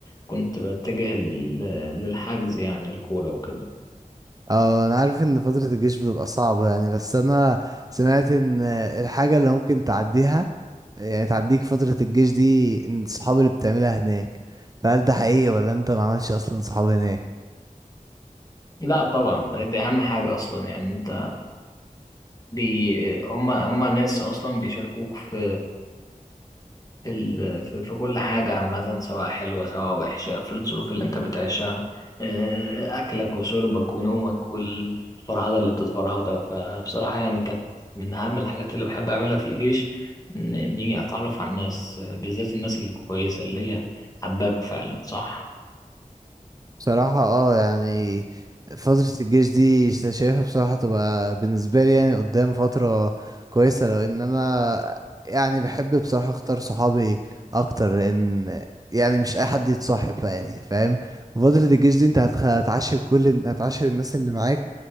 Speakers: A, on the left (about 25°); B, on the right (about 25°).
A: كنت بتجه لل- للحجز يعني الكورة وكده
B: اه انا عارف ان فترة الجيش بتبقى صعبة يعني بس انا سمعت ان الحاجة اللي ممكن تعديها يعني تعديك فترة الجيش دي ان الصحاب اللي بتعملها هناك فهل ده حقيقي ولا انت ما عملش اصلا صحاب هناك
A: لا طبعا ده- دي اهم حاجة اصلا يعني انت بي هما هما ناس اصلا بيشاركوك في في ال- في في كل حاجة عامة سواء حلوة سواء وحشة في الظروف اللي انت بتعيشها آه، أكلك وشربك ونومك والفرهدة اللي بتتفرهدها فبصراحة يعني كانت من أهم الحاجات اللي بحب أعملها في الجيش إن- إني أتعرف على الناس آه، بالذات الناس الكويسة اللي هي حباك فعلا صح
B: بصراحة اه يعني فترة الجيش دي شا- شايفها بصراحة تبقى بالنسبة لي يعني قدام فترة كويسة لو ان انا يعني بحب بصراحة اختار صحابي اكتر لان يعني مش اي حد يتصاحب بقى يعني فاهم فترة الجيش دي انت هتخ- هتعاشر كل هتعاشر الناس اللي معاك